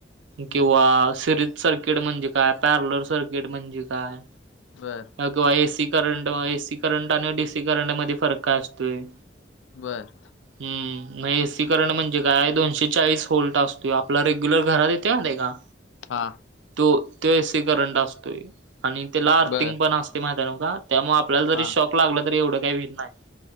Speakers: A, on the right; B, on the left.
A: किंवा
B: हम्म.
A: सिरीज सर्किट म्हणजे काय? पॅरलर सर्किट म्हणजे काय?
B: बरं.
A: किंवा एसी करंट एसी करंट आणि डीसी करंट मध्ये फरक काय असतोय?
B: बर.
A: हम्म मग एसी करंट म्हणजे काय दोनशे चाळीस होल्ट असतोय आपला रेग्युलर घरात येते ना ते का
B: हा.
A: तो तो एसी करंट असतोय. आणि त्याला अर्थिंग
B: बर
A: पण असते माहिती नव का? आपल्याला जरी
B: हा
A: शॉक लागला तरी एवढं काही भीत नाही.